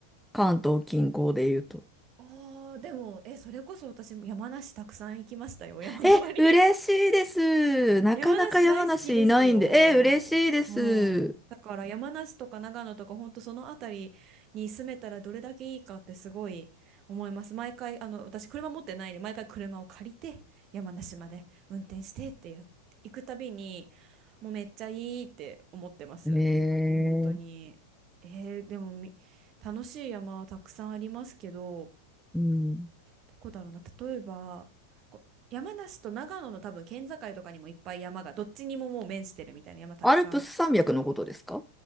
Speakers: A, in the centre; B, on the right (about 35°).
A: 関東近郊で言うと。
B: あー、でも、え、それこそ私も山梨たくさん行きましたよ、山登り。
A: え、嬉しいです。なかなか山梨いないんで。
B: 山梨大好きですよ。
A: え、嬉しいです。
B: うん。だから山梨とか長野とか本当その辺りに住めたらどれだけいいかってすごい思います。毎回、あの、私車持ってないんで、毎回車を借りて山梨まで運転してってやっ、行くたびに、もうめっちゃいいって思ってます。
A: へえー。
B: 本当に。えーでもみ楽しい山はたくさんありますけど、
A: うん。
B: どこだろうな、例えば、こう山梨と長野の多分県境とかにもいっぱい山が、どっちにももう面してるみたいな山たくさん。
A: アルプス山脈のことですか